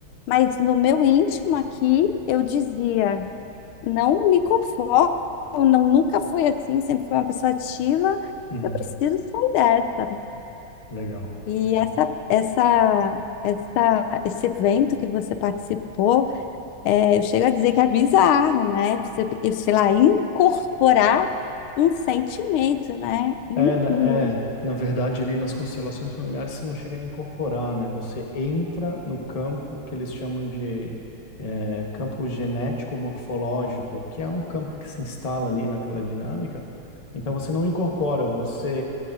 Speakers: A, on the left (about 80°); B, on the left (about 25°).
A: Mas no meu íntimo aqui, eu dizia, não me conformo, não nunca fui assim, sempre fui uma pessoa ativa,
B: Uhum,
A: eu preciso sair dessa.
B: legal.
A: E
B: legal.
A: essa, essa, essa, esse evento que você participou, é, eu chego a dizer que é bizarro, né? Você, eu sei lá, incorporar um sentimento, né? Hum,
B: É, na-
A: hum,
B: é, na verdade, ali nas constelações familiares, você não chega a incorporar, né? Você entra no campo que eles chamam de é, campo genético-morfológico, que é um campo que se instala ali naquela dinâmica. Então, você não incorpora, você